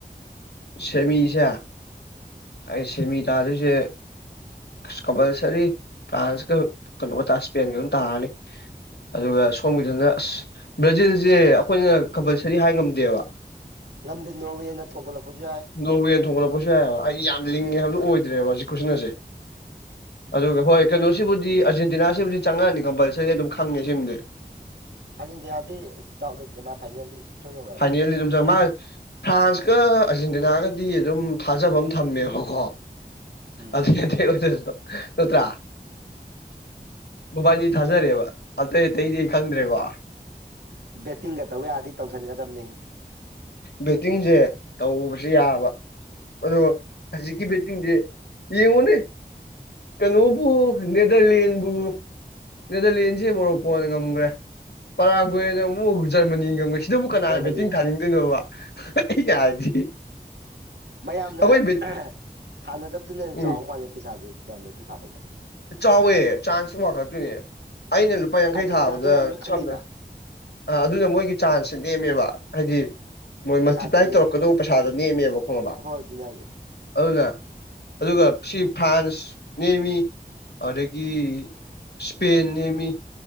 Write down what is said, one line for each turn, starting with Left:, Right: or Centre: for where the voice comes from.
Left: ꯁꯦꯃꯤꯁꯦ ꯑꯩ ꯁꯦꯃꯤ ꯇꯥꯗꯣꯏꯁꯦ ꯀꯝꯄꯜꯁꯔꯤ ꯐ꯭ꯔꯥꯟꯁꯀ ꯀꯩꯅꯣꯒ ꯊꯥ ꯏꯁꯄꯦꯟꯒ ꯑꯗꯨꯝ ꯇꯥꯔꯅꯤ ꯑꯗꯨꯒ ꯁꯣꯝꯒꯤꯗꯅ ꯑꯁ ꯕ꯭ꯔꯥꯖꯤꯜꯁꯦ ꯑꯩꯈꯣꯏꯅ ꯀꯝꯄꯜꯁꯔꯤ ꯍꯥꯏ ꯉꯝꯗꯦꯕ
Right: ꯉꯝꯗꯦ ꯅꯣꯔꯋꯦꯅ ꯊꯣꯝꯒꯠꯂꯛꯄꯁꯨ ꯌꯥꯏ
Left: ꯅꯣꯔꯋꯦꯅ ꯊꯣꯝꯒꯠꯂꯛꯄꯁꯨ ꯌꯥꯏꯑꯕ ꯑꯩꯗꯤ ꯌꯥꯝ ꯂꯤꯡꯉꯦ ꯍꯥꯏꯕꯗꯣ ꯑꯣꯏꯗ꯭ꯔꯦꯕ ꯍꯧꯖꯤꯛ ꯈꯨꯁꯟꯅꯁꯦ ꯑꯗꯨꯒ ꯍꯣꯏ ꯀꯩꯅꯣꯁꯤꯕꯨꯗꯤ ꯑꯔꯖꯦꯟꯇꯤꯅꯥꯁꯤꯕꯨꯗꯤ ꯆꯪꯉꯛꯑꯅꯤ ꯀꯝꯄꯜꯁꯔꯤ ꯑꯗꯨꯝ ꯈꯪꯉꯦ ꯁꯤꯃꯗꯤ
Right: ꯑꯖꯦꯟꯇꯤꯅꯥꯗꯤ ꯏꯁ ꯗꯥꯎꯠ ꯂꯩꯇ꯭ꯔꯦ ꯃꯥ ꯐꯥꯏꯅꯦꯜꯗꯤ ꯁꫭꯏ ꯌꯧꯔꯛꯑꯅꯤ
Left: ꯐꯥꯏꯅꯦꯜꯂꯤ ꯑꯗꯨꯝ ꯆꯪ ꯃ ꯐ꯭ꯔꯥꯟꯁꯀ ꯑꯥꯔꯖꯦꯟꯇꯤꯅꯥꯒꯗꯤ ꯑꯗꯨꯝ ꯊꯥꯖꯕ ꯑꯃ ꯊꯝꯃꯦꯕꯀꯣ
Right: ꯎꯝ
Left: ꯑꯗꯨꯏ ꯅꯠꯇꯦ <unintelligible> ꯅꯠꯇ꯭ꯔꯥ ꯃꯕꯥꯅꯤ ꯊꯥꯖꯔꯦꯕ ꯑꯇꯩ ꯑꯇꯩꯗꯤ ꯑꯩ ꯈꯪꯗ꯭ꯔꯦꯀꯣ
Right: ꯕꯦꯠꯇꯤꯡꯒ ꯇꯧ ꯌꯥꯔꯗꯤ ꯇꯧꯁꯟꯒꯗꯝꯅꯤ
Left: ꯕꯦꯠꯇꯤꯡꯖꯦ ꯇꯧꯕꯁꯦ ꯌꯥꯕ ꯑꯗꯣ ꯍꯧꯖꯤꯛꯀꯤ ꯕꯦꯠꯇꯤꯡꯗꯤ ꯌꯦꯡꯉꯨꯅꯦ ꯀꯩꯅꯣꯕꯨ ꯅꯦꯗꯔꯂꯦꯟꯕꯨ ꯅꯦꯗ꯭ꯔꯂꯦꯟꯁꯦ ꯃꯣꯔꯣꯛꯀꯣꯅ ꯉꯝꯒ꯭ꯔꯦ ꯄꯔꯥꯒ꯭ꯋꯦꯅ ꯑꯃꯨꯛ ꯖ꯭ꯔꯃꯅꯤ ꯉꯝꯃꯁꯤ ꯀꯅꯥ
Right: ꯖꯔꯃꯅꯤꯅ
Left: ꯕꯦꯇꯤꯡ ꯊꯥꯅꯤꯡꯗꯣꯏꯅꯣꯕ ꯑꯩꯩꯅ ꯍꯥꯏꯗꯤ
Right: ꯃꯌꯥꯝꯅ
Left: ꯑꯩꯈꯣꯏ ꯕꯦꯠ
Right: ꯑꯦꯍꯦ ꯊꯥꯅꯗꯕꯗꯨꯅ ꯍꯦꯟ
Left: ꯎꯝ
Right: ꯆꯥꯎ ꯃꯥꯜꯂꯦ ꯄꯩꯁꯥꯖꯦ ꯗ꯭ꯌꯥꯟꯗꯗꯨ ꯊꯥꯕꯩꯗ
Left: ꯆꯥꯎꯋꯦ ꯆꯥꯟꯁ ꯋꯥꯡꯈꯂꯠꯇꯨꯏꯅꯦ ꯑꯩꯅ ꯂꯨꯄꯥ ꯌꯥꯡꯈꯩ
Right: ꯑꯥꯔꯖꯦꯟꯇꯤꯅꯥꯗꯤ
Left: ꯊꯥꯕꯗ
Right: ꯃꯌꯥꯝ ꯂꯣꯏ ꯈꯪꯅꯩꯅ
Left: ꯁꯝꯅꯥ ꯑ ꯑꯗꯨꯅ ꯃꯣꯏꯒꯤ ꯆꯥꯟꯁ ꯁꯦ ꯅꯦꯝꯃꯦꯕ ꯍꯥꯏꯗꯤ ꯃꯣꯏ
Right: ꯄꯩꯁꯥꯁꯨ
Left: ꯃꯜꯇꯤꯄ꯭ꯂꯥꯏ
Right: ꯅꯦꯝꯃꯦ
Left: ꯇꯧꯔꯛꯀꯗꯧꯕ ꯄꯩꯁꯥꯗꯣ ꯅꯦꯝꯃꯦꯕ ꯈꯣꯉꯕ
Right: ꯍꯣꯏ ꯑꯗꯨꯅꯦ ꯍꯥꯏꯁꯦ
Left: ꯑꯗꯨꯅ ꯑꯗꯨꯒ ꯁꯤ ꯐ꯭ꯔꯥꯟꯁ ꯅꯦꯃꯤ ꯑꯗꯥꯒꯤ ꯁ꯭ꯄꯦꯟ ꯅꯦꯃꯤ